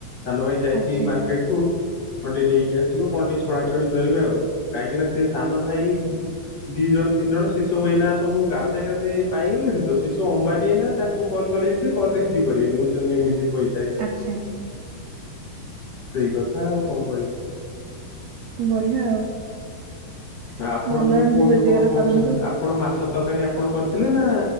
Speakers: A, on the left; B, on the right.
A: ସାନ ଭାଇ ଯାଇଚି
B: ଆଚ୍ଛା
A: ମାର୍କେଟକୁ କଣ ଟିକେ ନେଇକି ଆସିବ କଣ ଟିକେ ଛଣାଛଣି କରିବେ ଆଉ। କାହିଁକି ନା ସେ ସାନ ଭାଇ ଦି ଜଣ ତିନି ଜଣ ସେ ସବୁ ଏଇନା ସବୁ ଗାଧେ ଗାଧେ ପାଇଗଲେଣି ତ ସେସବୁ ଅମ୍ବାନୀ ଏଇନା। ତାଙ୍କୁ କଲ୍ କଲେ ବି ସେ କଲ ରିସିଭ୍ କରିବେନି ବୁଚଚନ୍ତି ଏମିତି ପଇସା ଏଇନା
B: ଆଚ୍ଛା ଆଚ୍ଛା।
A: ସେଇ କଥା ଆଉ କଣ କହିବି।
B: ବଢିିଆ ଆଉ।
A: ଆପଣ
B: ଭଲ
A: ଟିକେ
B: ଏମିତି
A: କୁହନ୍ତୁ
B: ରୋଜଗାର
A: କଣ କହୁଚନ୍ତି?
B: କରନ୍ତୁ
A: ଆପଣ ମାଛ ତରକାରୀ ଆପଣ କରିଥିଲେ ନା